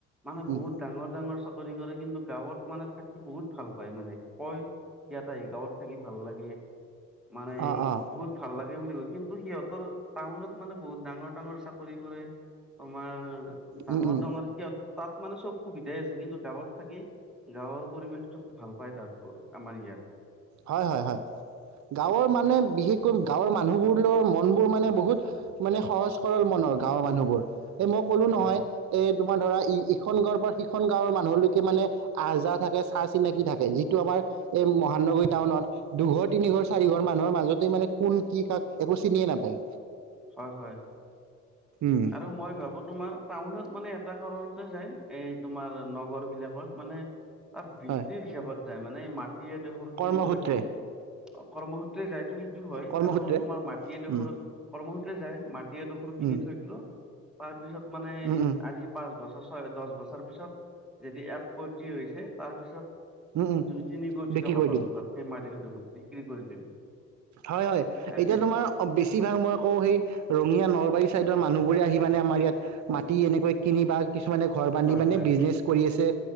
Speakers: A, in the centre; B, on the right (about 65°).
A: মানে
B: উম,
A: বহুত ডাঙৰ ডাঙৰ চাকৰি কৰে কিন্তু গাঁৱত মানে থাকি বহুত ভাল পায় মানে কয় ইয়াত আহি গাঁৱত থ ভাল লাগে মানে
B: অ' অ'
A: বহুত ভাল লাগ বুলি কয় কিন্তু সিহঁতৰ টাউনত মানে বহুত ডাঙৰ ডাঙৰ চাকৰি কৰে তোমাৰ ডাঙৰ
B: উম, উম,
A: ডাঙৰ সিহত তাত মানে চব সুবিধাই আছে কিন্তু গাঁৱত থাকি গাঁৱৰ পৰিৱেশটো ভাল পায় তাত আমাৰ ইয়াত
B: হয় হয় হয় গাঁৱৰ মানে বিশেষকৈ গাঁৱৰ মানুহবোৰৰ মন বোৰ মানে বহুত মানে সহজ সৰল মন গাঁৱৰ মানুহবোৰ এই মই ক'লো
A: হয়
B: নহয় এই। তোমাৰ ধৰা ইখন গাঁৱৰ পৰা সিখন গাঁওৰ মানুহলৈকে মানে আহ যাহ থাকে চাহ চিনাকি থাকে যিটো আমাৰ এই মহানগৰীত টাউনত দুঘৰ তিনি ঘৰ চাৰি ঘৰ মানুহৰ মাজতে মানে কোন কি কাক একো চিনিয়ে নাপায়
A: হয় হয়।
B: উম,
A: আৰু মই ভাবো তোমাৰ টাউনত মানে উদাহৰণতে যায় এই তোমাৰ নগৰ বিলাকত মানে তাত বিজনেচ
B: হয়
A: হিচাপত। মানে মাটি দোখৰ কিনি
B: কৰ্মসূত্ৰে
A: থৈটো কৰ্মসূত্ৰে যাইতো সেই হয়
B: কৰ্মসূত্ৰে
A: আৰু তোমাৰ মাটিডোখৰ
B: উম
A: কৰ্মসূত্ৰে যায় মাটি এডোখৰো কিনি
B: উম
A: থৈ তাৰ পিছত মানে
B: উম উম
A: আজি পাচ। বছৰ ছয় দহ বছৰ পিছত যদি এক কোটি হৈছে তাৰপিছত।
B: উম উম
A: দুই তিনি কোটি
B: বিক্ৰী
A: টকা
B: কৰি
A: পাম।
B: দিওঁ
A: তাতকৈ মই দেহে দেখোন বিক্ৰী কৰি দিম।
B: হয়, হয়
A: এ
B: এতিয়া
A: বি
B: তোমাৰ বেছিভাগ মই আকৌ সেই ৰঙীয়া নলবাৰী চাইদ মানুহ বোৰে আহি মানে আমাৰ ইয়াত মাটি এনেকৈ কিনি বা কিছুমানে ঘৰ বান্ধি
A: হয়
B: মানে
A: হয়
B: বিজনেছ কৰি আছে